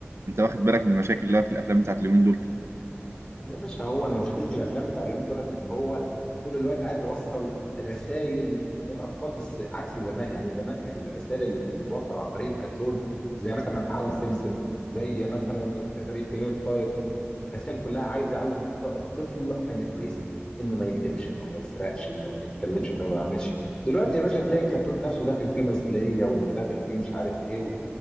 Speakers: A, on the right; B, on the left.
A: انت واخد بالك من المشاكل اللي هي في الافلام بتاعت اليومين دول
B: يا باشا هو مشكلة الأفلام بتاع اليومين دولت إن هو طول الوقت عايز يوصل رسائل للأطفال بس عكس زمان يعني زمان كان الرسائل اللي بتتوصل عن طريق الكرتون زي مثلا عالم سمسم زي مثلا التفاريد التنين الطاير كانت الرسائل كلها عايز يعلم الط- الطفل حاجة كويسة إنه ما يكذبش إنه ما يسرقش إنه ما يتكلمش إنه ما يعملش دلوقتي يا باشا تلاقي الكرتون نفسه داخل فيه مثلية وإنه داخل فيه مش عارف إيه و...